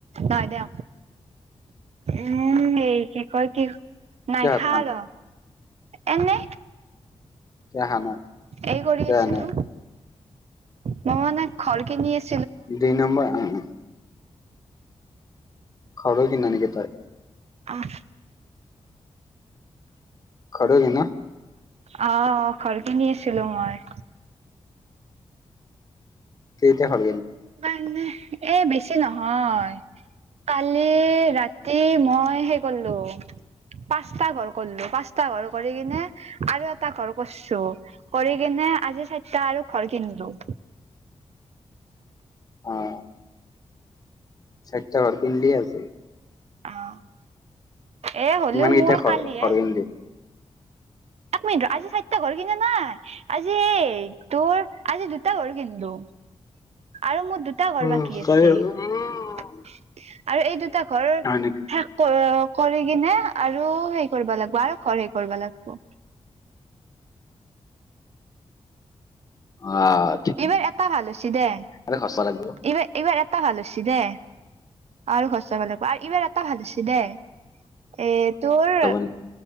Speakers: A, on the right; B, on the left.
A: নহ দে উম, এই কি ক কি
B: কিয়
A: নাই
B: ভাত
A: খাৰ
B: খোৱা
A: ল এনে,
B: কিয় খোৱা নাই
A: এই কৰি
B: কিয়
A: আছিলোঁ।
B: খোৱা নাই
A: মই মানে ঘৰ কিনি আছি
B: দুই নম্বাৰ অ', অ'। ঘৰো কিন নেকি তই?
A: অ'।
B: ঘৰো কিন'?
A: অ' ঘৰ কিনি আছিলোঁ মই।
B: কেইটা পালিনি?
A: পাইনা, এ, বেছি নহয়। কালি ৰাতি মই সেই কৰলো পাঁচটা ঘৰ কৰলো, পাঁচটা ঘৰ কৰি কিনে আৰু এটা ঘৰ কৰ্চু, কৰি কিনে আজি চাৰিটা আৰু ঘৰ কিনিলোঁ।
B: অ'। চাইৰটা ঘৰ কিনলি আজি?
A: অ'। এ, হ'লেও
B: ইমান কেইটা
A: মোৰ
B: ঘৰ
A: কালিহে
B: ঘৰ কিনিলি
A: একমিনিট ৰ আজি চাইটা ঘৰ কিনা নাই, আজি তোৰ আজি দু টা ঘৰ কিনলো। আৰু মোৰ দুট টা ঘৰ
B: অ
A: বাকী আছে
B: হয়
A: আৰু এই দুটা ঘৰ
B: নেকি
A: কৰ কৰি কিনে আৰু সেই কৰিব লাগিব, আৰু ঘৰ হেই কৰিব লাগিব।
B: অ' আৰ
A: এইবাৰ এটা ভাল হৈছে দে।
B: আৱে খচ্চা লাগিব।
A: এইবাৰ, এইবাৰ এটা ভাল হৈছে দে। আৰু স্বচ্ছ হাব লাগিব আৰু এইবাৰ এটা ভাল হৈছে দেই এ তোৰ
B: নেকি